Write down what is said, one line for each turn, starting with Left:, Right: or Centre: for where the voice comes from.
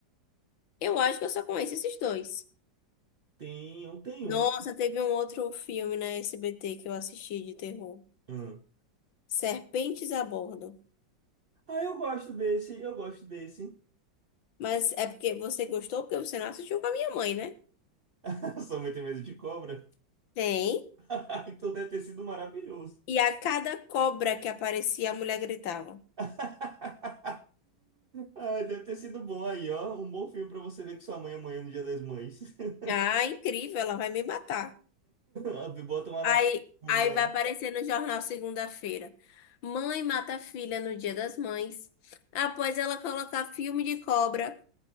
Left: Eu acho que eu só conheço esses dois.
Right: tem, eu tenho
Left: Nossa,
Right: um.
Left: teve um outro filme na SBT que eu assisti de terror.
Right: Hum.
Left: Serpentes a bordo.
Right: Ah, eu gosto desse, eu gosto desse.
Left: Mas é porque você gostou, porque você não assistiu com a minha mãe, né?
Right: <laughs> Sua mãe tem medo de cobra?
Left: Tem.
Right: <laughs> Ah, Então deve ter sido maravilhoso.
Left: E a cada cobra que aparecia, a mulher gritava:
Right: <laughs> Ai, deve ter sido bom aí, ó. Um bom filme pra você ver com sua mãe amanhã no Dia das Mães. <laughs>
Left: Ah, incrível, ela vai me matar.
Right: Ah, Bota uma
Left: Aí,
Right: na bunda.
Left: aí vai aparecer no jornal segunda-feira: Mãe mata a filha no Dia das Mães, após ela colocar filme de cobra